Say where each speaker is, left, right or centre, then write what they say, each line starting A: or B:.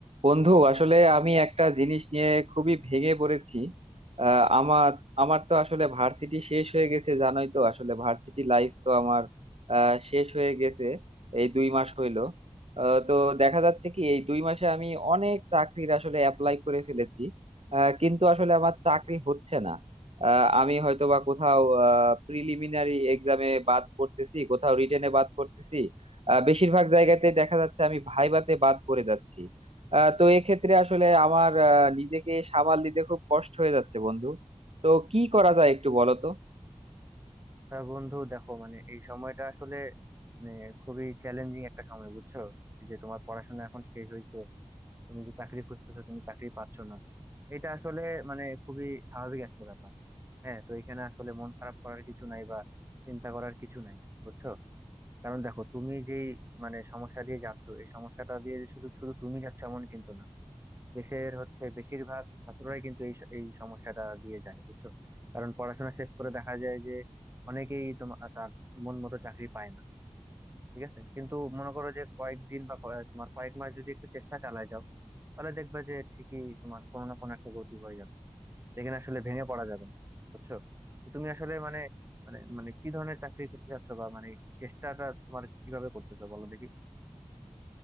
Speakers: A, on the right; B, on the right.
A: বন্ধু আসলে আমি একটা জিনিস নিয়ে খুবই ভেঙে পড়েছি আহ, আমার আমার তো আসলে ভার্সিটি শেষ হয়ে গেছে জানোই তো আসলে ভার্সিটি লাইফ তো আমার আহ, শেষ হয়ে গেছে এই দুই মাস হইলো আহ, তো দেখা যাচ্ছে কি এই দুই মাসে আমি অনেক চাকরির আসলে অ্যাপ্লাই করে ফেলেছি আহ, কিন্তু আসলে আমার চাকরি হচ্ছে না আহ, আমি হয়তো বা কোথাও প্রিলিমিনারি এক্সামে বাদ পড়তেছি কোথাও রিটেনে বাদ পড়তেছি আহ, বেশিরভাগ জায়গাতে দেখা যাচ্ছে আমি ভাইভাতে বাদ পড়ে যাচ্ছি আহ, তো এক্ষেত্রে আসলে আমার আহ, নিজেকে সামাল দিতে খুব কষ্ট হয়ে যাচ্ছে বন্ধু তো কি করা যায় একটু বলো তো
B: তা বন্ধু দেখো মানে এই সময়টা আসলে মানে খুবই চ্যালেঞ্জিং একটা সময় বুঝছো এই যে তোমার পড়াশোনা এখন শেষ হয়েছে তুমি যে চাকরি খুঁজতেছো তুমি চাকরি পাচ্ছ না এটা আসলে মানে খুবই স্বাভাবিক একটা ব্যাপার হ্যাঁ তো এখানে আসলে মন খারাপ করার কিছু নাই বা চিন্তা করার কিছু নাই বুঝছো কারণ দেখো তুমি যেই মানে সমস্যা দিয়ে যাচ্ছ এই সমস্যাটা দিয়ে যে শুধু শুধু তুমি যাচ্ছ এমন কিন্তু না দেশের হচ্ছে বেশিরভাগ ছাত্ররাই কিন্তু এই স- এই সমস্যাটা দিয়ে যায় বুঝছো কারণ পড়াশোনা শেষ করে দেখা যায় যে অনেকেই তোমার তার মন মতো চাকরি পায় না ঠিক আছে কিন্তু মনে করো যে কয়েকদিন বা কয়- তোমার কয়েক মাস যদি একটু চেষ্টা চালায় যাও তাহলে দেখবে যে ঠিকই তোমার কোনো না কোনো একটা গতি হয়ে যাচ্ছে যেখানে আসলে ভেঙে পড়া যাবে না বুঝছো তো তুমি আসলে মানে মানে মানে কি ধরনের চাকরি করতে চাচ্ছো বা মানে চেষ্টাটা তোমার কিভাবে করতেছো বলো দেখি